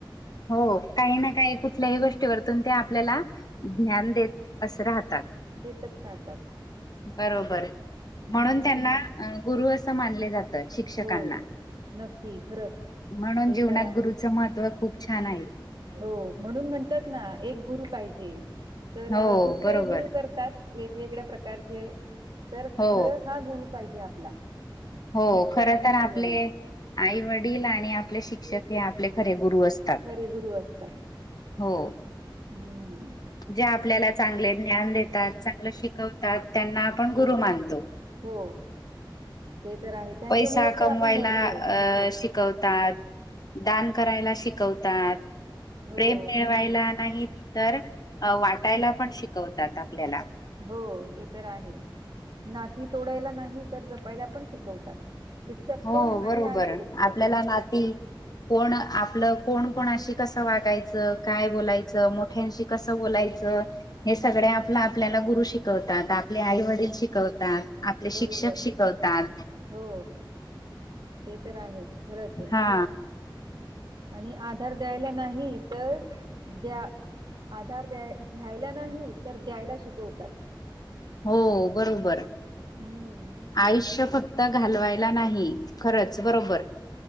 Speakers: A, on the left (about 50°); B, on the right (about 60°).
A: हो, काही ना काही कुठल्याही गोष्टीवरतून ते आपल्याला ज्ञान देत असं राहतात.
B: देतच राहते.
A: बरोबर
B: हं.
A: म्हणून त्यांना गुरु असं मानले जातात. शिक्षकांना,
B: हो. नक्की खरंच.
A: म्हणुन
B: ते
A: जीवनात
B: तर आहे.
A: गुरुचं खूप छान आहे.
B: हो म्हणून म्हणतात ना एक गुरु पाहिजे. तर
A: हो
B: दुसरे
A: बरोबर
B: गुरु करतात, वेगवेगळ्या प्रकारचे. तर
A: हो
B: खरं हा गुरु पाहिजे आपला.
A: हो
B: शिक्षक
A: खर
B: आणि
A: तर
B: आई-वडील
A: आपले आई वडील आणि आपले शिक्षक हे आपले खरे गुरु असतात.
B: खरे गुरु असतात.
A: हो
B: हं.
A: जे आपल्याला चांगले ज्ञान देतात, चांगलं शिकवतात, त्यांना आपण गुरु
B: हो,
A: मानतो.
B: हो ते तर आहे. त्यांच्यामुळेच
A: पैसा
B: तर
A: कमवायला
B: आपण घडतो.
A: अ शिकवतात. दान करायला शिकवतात.
B: हो.
A: ते मिळवायला नाही तर वाटायला पण शिकवतात आपल्याला.
B: हो ते तर आहे, नाती तोडायला नाही तर जपायला पण शिकवतात. शिक्षक
A: हो
B: पण आणि
A: बरोबर
B: आई-वडील पण.
A: आपल्याला नाती कोण आपलं, कोण कोणाशी कसं वागायचं, काय बोलायचं, मोठ्यांशी कसं बोलायचं, हे सगळे आपलं आपल्याला गुरु शिकवतात ना. आपले आई-वडील
B: हो,
A: शिकवतात, आपले शिक्षक
B: बरोबर.
A: शिकवतात.
B: हो ते तर आहेच खरंच आहे.
A: हा
B: आणि आधार द्यायला नाही तर, द्या आधार द्याय घ्यायला नाही तर द्यायला शिकवतात.
A: हो बरोबर
B: हम्म.
A: आयुष्य फक्त त घालवायला नाही खरंच बरोबर